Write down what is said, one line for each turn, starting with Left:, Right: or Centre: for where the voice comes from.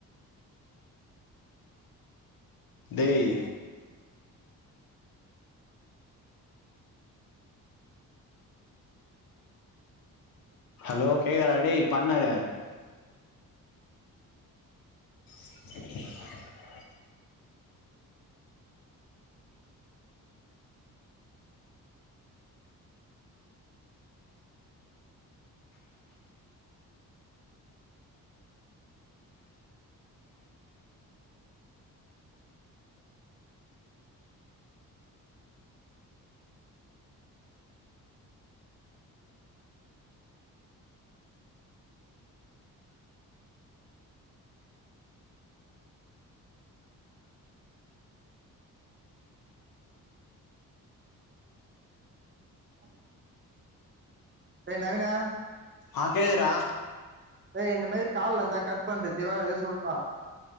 Left: டேய் ஹலோ கேக்குதா டேய் பாட்னரு <unintelligible>
Right: அ <inaudible> டேய் நவீனு
Left: ஆ கேக்குது டா
Right: டேய் இந்த மேரி கால் வந்தா கட் பண்டு திவாகரே சொல்ட்டா